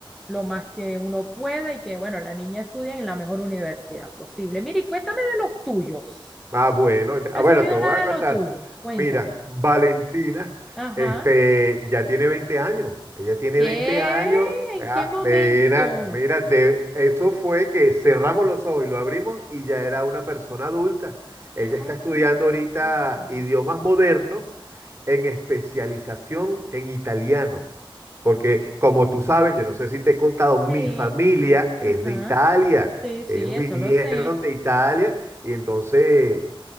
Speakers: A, in the centre; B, on the right.
A: lo más que uno puede y que, bueno, la niña estudie en la mejor universidad posible. Mire, y cuéntame de los tuyos.
B: Ah, bueno, ah,
A: No
B: bueno,
A: he sabido
B: te voy
A: nada
B: a
A: de
B: contar.
A: lo tuyo. Cuéntame.
B: Mira, Valentina,
A: Ajá.
B: este, ya tiene 20 años. Ella tiene
A: ¿Qué?
B: 20 años.
A: ¿En
B: Ah,
A: qué momento?
B: mira, mira, de, eso fue que cerramos los ojos y lo abrimos y ya era una persona adulta. Ella
A: Ay,
B: está estudiando
A: no
B: ahorita
A: te lo puedo creer.
B: idiomas modernos en especialización en italiano. Porque como tú sabes, yo no sé si te he contado, mi
A: sí,
B: familia
A: ajá.
B: es de Italia.
A: Sí, sí,
B: Ellos
A: eso
B: vinieron
A: lo sé.
B: de Italia y entonces